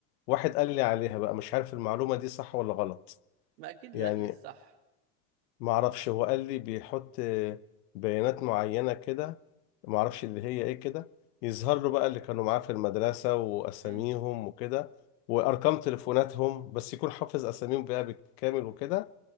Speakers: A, on the left (about 85°); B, on the right (about 80°).
A: واحد قال لي عليها بقى مش عارف المعلومة دي صح ولا غلط
B: ما اكيد
A: يعني
B: لا مش صح
A: ما اعرفش هو قال لي بيحط بيانات معينة كده ما اعرفش اللي هي ايه كده يظهر له بقى اللي كانوا معاه في المدرسة واساميهم
B: امم
A: وكده وارقام تليفوناتهم بس يكون حافظ اساميهم بقى بالكامل وكده